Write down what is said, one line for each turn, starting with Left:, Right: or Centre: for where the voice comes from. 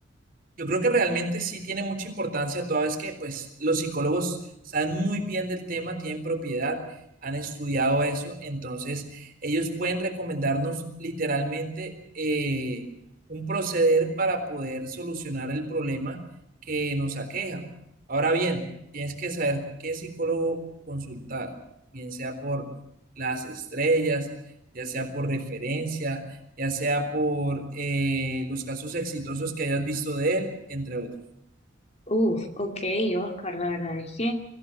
Right: Yo creo que realmente sí tiene mucha importancia, toda vez que pues los psicólogos saben muy bien del tema, tienen propiedad, han estudiado eso, entonces ellos pueden recomendarnos literalmente eh, un proceder para poder solucionar el problema que nos aqueja. Ahora bien, tienes que saber qué psicólogo consultar, bien sea por las estrellas, ya sea por referencia ya sea por eh, los casos exitosos que hayas visto de él, entre otros.
Left: Uf, ok, Oscar, la verdad es que,